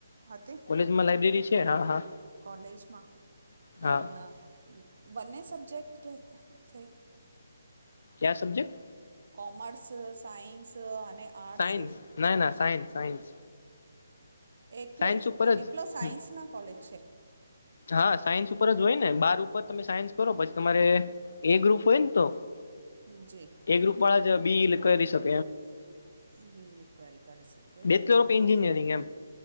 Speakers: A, on the right; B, on the left.
A: હતી?
B: માં લાઈબ્રેરી છે. હા હા
A: કોલેજમાં તો
B: હા
A: ઉ ના બન્ને સબ્જેક્ટ થે?
B: ક્યા સબ્જેક્ટ?
A: કોમર્સ, સાયન્સ અને આર્ટ્સ
B: સાયન્સ ના ના સાયન્સ સાયન્સ
A: એકલો
B: સાયન્સ ઉપર જ
A: એકલો સાયન્સના કોલેજ છે.
B: હા, સાયન્સ ઉપર જ હોય ને બાર ઉપર તમે સાયન્સ કરો પછી તમારે એ ગ્રુપ હોયન તો
A: જી
B: એ ગ્રુપવાળા જ <unintelligible> કરી શ
A: <unintelligible> રીક્વાયરી કરી શકે
B: બેચલર ઓફ
A: અ
B: એન્જિનિયરિંગ એમ